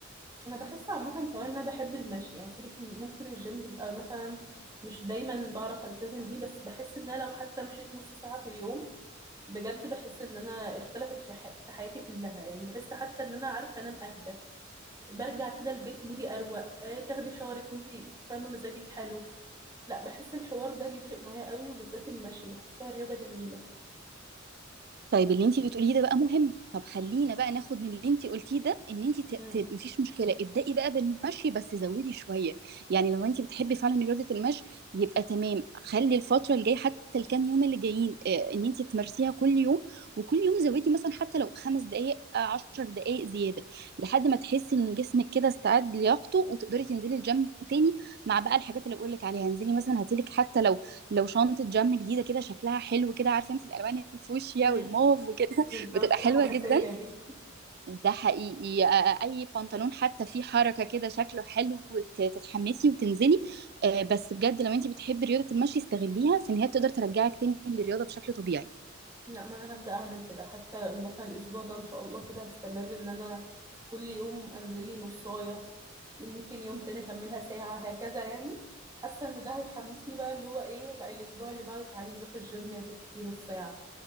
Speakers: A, on the right; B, on the right.
A: انا بحس عامه كمان ان انا بحب المشي يعني سيبك من- ممكن الجيم بيبقى مثلا مش دايما بعرف التزم بيه بس بحس ان انا لو حتى مشيت نص ساعه في اليوم بجد بحس ان انا اختلفت في ح... في حياتي كلها يعني بحس حتى ان انا عارفه انام اهدى برجع كده البيت مودي اروق آه، تاخدي شاورك وانتي فاهمه مزاجك حلو لا بحس الحوار ده بيفرق معايا قوي وبالذات المشي بحسها رياضه جميله
B: طيب اللي انت بتقوليه ده بقى مهم طب خلينا بقى ناخد من اللي انت قلتيه ده ان انت ت...
A: امم
B: ت... مفيش مشكله ابدأي بقى بالمشي بس زودي شويه يعني لو انت بتحبي فعلا رياضه المشي يبقى تمام خلي الفتره الجايه حتى الكام يوم اللي جايين اه ان انت تمارسيها كل يوم وكل يوم زودي مثلا حتى لو خمس دقائق عشر دقائق زياده لحد ما تحسي ان جسمك كده استعد لياقته وتقدري تنزلي الجيم تاني مع بقى الحاجات اللي بقول لك عليها انزلي مثلا هاتيلك حتى لو لو شنطة جم جديدة كده شكلها حلو كده عارفة انت الألوان الفوشيا
A: امم
B: والموف وكده
A: بالظبط
B: <laughs> بتبقى حلوة
A: الحماسية
B: جدا
A: دي
B: ده حقيقي آه، أي بنطلون حتى فيه حركة كده شكله حلو وت- تتحمسي وتنزلي آه، بس بجد لو انت بتحبي رياضة المشي استغليها في إن هي تقدر ترجعك تاني للرياضة بشكل طبيعي
A: لا ما انا هبدأ اعمل كده حتى مثلا الاسبوع ده ان شاء الله كده هستمر ان انا كل يوم انزل لي نصاية ممكن يوم تاني اكملها ساعة هكذا يعني حاسة ان ده هيحمسني بقى اللي هو ايه لا الاسبوع اللي بعده تعالي نروح الجيم يا ستي نص ساعة